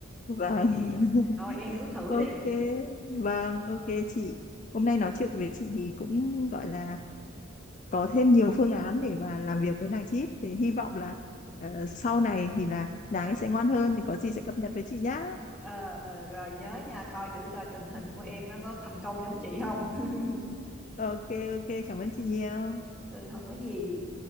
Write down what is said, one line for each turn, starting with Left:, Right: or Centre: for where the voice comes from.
Left: Vâng <laughs>
Centre: Rồi em cứ thử
Left: Ok,
Centre: đi.
Left: vâng, ok chị. Hôm nay nói chuyện với chị thì cũng gọi là có thêm nhiều phương án để mà làm việc với nàng chip. Thì hy vọng là ờ, sau này thì là nàng ấy sẽ ngoan hơn thì có gì sẽ cập nhật với chị nhá.
Centre: Ờ, ờ, rồi nhớ nha, coi thử cho tình hình của em nó có thành công giống chị không. <laughs>
Left: Ok, ok, cảm ơn chị nhiều.
Centre: Ừ, không có gì.